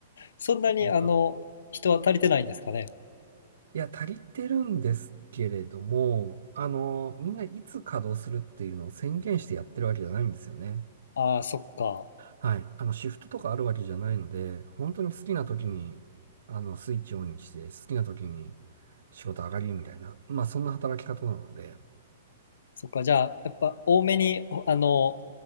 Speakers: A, on the left (about 80°); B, on the right (about 80°).
A: そんなに、
B: 実は
A: あの、人は足りてないんですかね。
B: いや、足りてるんですけれども、あの、みんないつ稼働するっていうのを宣言してやってるわけじゃないんですよね。
A: ああ、そっか。
B: はい。あの、シフトとかあるわけじゃないので、本当に好きな時に、あの、スイッチオンにして、好きな時に仕事上がりみたいな、まあ、そんな働き方なので、
A: そっか、じゃあ、やっぱ多めに、あの、